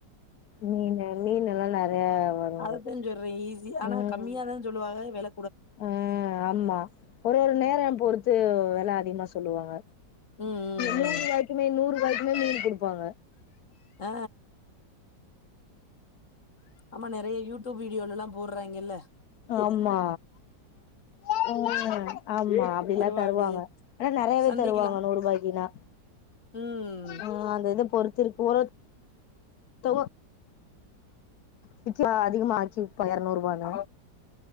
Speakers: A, on the left; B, on the left.
A: மீனு மீன் எல்லா நெறைய வரு
B: அதத்தே சொல்றே ஈஸி ஆனா
A: ம்
B: கம்மியாதா சொல்லுவாங்க வெள
A: ஆ ஆமா ஒரு ஒரு நேரோ பொறுத்து வெல அதிகமா சொல்லுவாங்க
B: ம் ம்
A: நூறு
B: ம்
A: ரூபாய்க்குமே நூறு ரூபாய்க்குமே மீனு கொடுப்பாங்க
B: ஆ ஆமா நெறைய யூடுப் வீடியோல எல்லா போடுறாய்ங்க இல்ல
A: ஆமா ஆ ஆமா அப்டிலா
B: கருவாடு
A: தருவாங்க ஆனா நெறையவே
B: சந்தைக்குலா
A: தருவாங்க நூறு ரூபாய்க்குனா
B: ம்
A: ஆ அந்த இத பொறுத்து இருக் போற <unintelligible> பிட்சா அதிகமா ஆச்சு இப்ப எரநூறுவானு